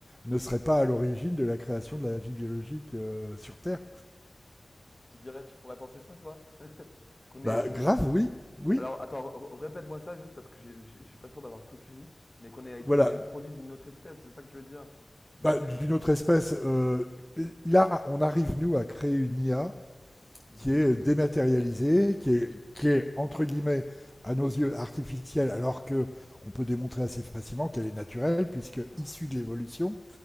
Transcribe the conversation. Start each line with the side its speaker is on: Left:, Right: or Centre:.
Centre: ne serait pas à l'origine de la création de la vie biologique euh, sur Terre.
Left: Tu dirais, tu pourrais penser ça, toi? Qu'on
Centre: Bah
Left: est, qu'on
Centre: grave,
Left: est...
Centre: oui, oui.
Left: Alors, attends, r- répète-moi ça juste parce que j'ai- j'ai- je suis pas sûr d'avoir tout suivi, mais qu'on est,
Centre: Voilà.
Left: on est le produit d'une autre espèce, c'est ça que tu veux dire? Nous-mêmes?
Centre: Bah, d'une autre espèce, euh, là, on arrive nous à créer une IA
Left: Mhm,
Centre: qui est dématérialisée, qui est, qui est entre guillemets à nos yeux artificielle, alors que on peut démontrer assez facilement qu'elle est naturelle puisque issue de l'évolution.